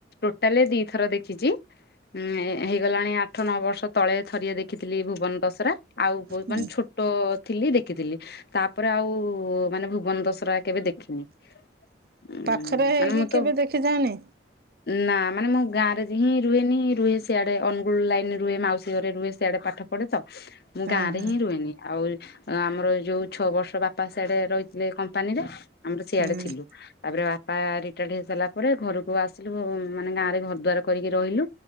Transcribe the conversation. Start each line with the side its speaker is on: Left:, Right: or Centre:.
Left: ଟୋଟାଲ ଦିଥର ଦେଖିଛି। ଉଁ ହେଇଗଲାଣି ଆଠ ନଅ ବର୍ଷ ତଳେ ଥରିଏ ଦେଖିଥିଲି ଭୁବନ ଦଶରା। ଆଉ ବହୁତ
Right: ହୁଁ
Left: ମାନେ ଛୋଟ ଥିଲି ଦେଖିଥିଲି ତାପରେ ଆଉ ମାନେ ଭୁବନ ଦଶରା କେବେ ଦେଖିନି। ଉଁ
Right: ପାଖରେ ହେଇକି
Left: ମାନେ ମୁଁ ତ
Right: କେବେ ଦେଖିଯାଆଣି?
Left: ନା ମାନେ ମୁଁ ଗାଁରେ ହିଁ ରୁହେନି ରୁହେ ସିଆଡ଼େ ଅନୁଗୁଳ ଲାଇନ୍ରେ ରୁହେ ମାଉସୀ ଘରେ ରୁହେ ସିଆଡ଼େ ପାଠ ପଢ଼େ ତ। ମୁଁ
Right: ହଁ
Left: ଗାଁ ରେ
Right: ହଁ
Left: ହିଁ ରୁହେନି ଆଉ ଆମର ଯୋଉ ଛଅ ବର୍ଷ ବାପା ସିଆଡେ ରହିଥିଲେ କମ୍ପାନୀରେ ଆମର ସିଆଡେ
Right: ହୁଁ
Left: ଥିଲୁ ତାପରେ ବାପା ରିଟାୟାର୍ଡ ହେଇସାରିଲା ପରେ ଘରକୁ ଆସିଲୁ ମାନେ ଗାଁ ରେ ଘର ଦ୍ୱାର କରିକି ରହିଲୁ